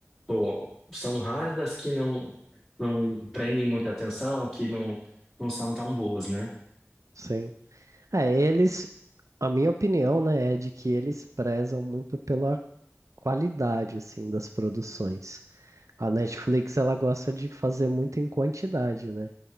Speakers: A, in the centre; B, on the right.
A: Pô, são raras as que não, não prendem muita atenção, que não, não são tão boas, né?
B: Sim. É, eles, a minha opinião, né, é de que eles prezam muito pela qualidade assim das produções. A Netflix ela gosta de fazer muito em quantidade, né?